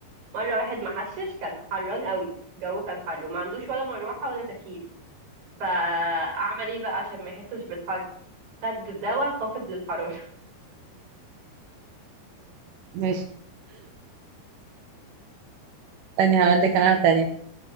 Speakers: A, on the right; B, on the right.
A: مره واحد محشش كان حران قوي الجو كان حر وما عندوش ولا مروحه ولا تكييف فعمل ايه بقى عشان ما يحسش بالحر خد دواء خافض للحراره
B: ماشي تاني هقول لك انا تانية